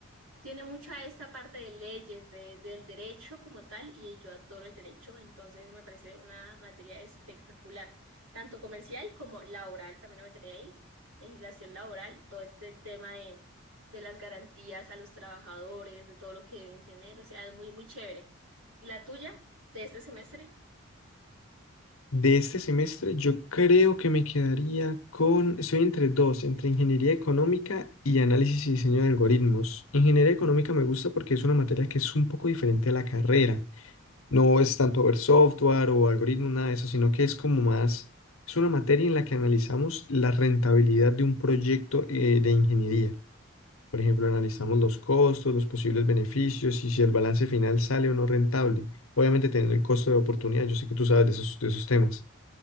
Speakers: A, on the right (about 90°); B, on the left (about 85°).
A: Tiene mucha esta parte de leyes, de- del derecho como tal, y yo adoro el derecho, entonces me parece una materia espectacular, tanto comercial como laboral, también la materia ahí, legislación laboral, todo este tema de, de las garantías a los trabajadores, de todo lo que deben tener, o sea, es muy, muy chévere. ¿Y la tuya de este semestre?
B: De este semestre yo creo que me quedaría con, estoy entre dos, entre ingeniería económica y análisis y diseño de algoritmos. Ingeniería económica me gusta porque es una materia que es un poco diferente a la carrera. No es tanto ver software o algoritmos, nada de eso, sino que es como más, es una materia en la que analizamos la rentabilidad de un proyecto eh, de ingeniería. Por ejemplo, analizamos los costos, los posibles beneficios y si el balance final sale o no rentable. Obviamente teniendo el costo de oportunidad, yo sé que tú sabes de esos, de esos temas.